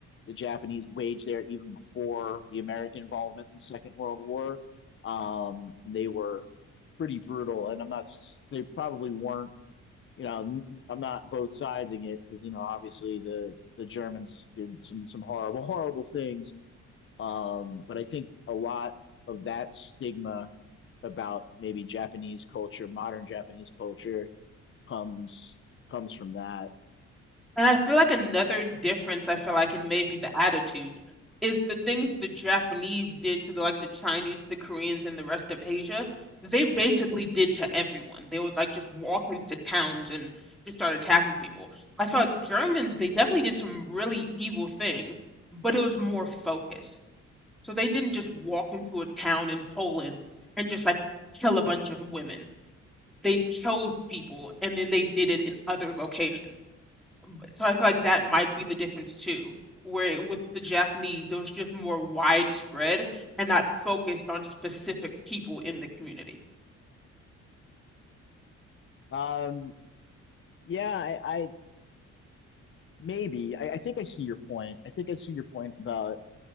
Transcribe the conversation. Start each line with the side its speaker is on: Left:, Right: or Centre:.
Left: the Japanese waged there even before the American involvement in the Second World War. Um, they were pretty brutal, and I'm not. s- They probably weren't. You know, n- I'm not both siding it because you know, obviously the the Germans did some some horrible, <laughs> horrible things. Um, but I think a lot of that stigma about maybe Japanese culture, modern Japanese culture comes comes from that.
Centre: And I feel like another difference I feel like in maybe the attitude is the things the Japanese did to the, like the Chinese, the Koreans, and the rest of Asia. They basically did to everyone. They would like just walk into towns and just start attacking people. I feel like Germans, they definitely did some really evil things, but it was more focused. So they didn't just walk into a town in Poland and just like kill a bunch of women they chose people and then they did it in other locations. So I feel like that might be the difference too, where with the Japanese, it was just more widespread and not focused on specific people in the community.
Left: Um, yeah, I, I maybe I, I think I see your point. I think I see your point about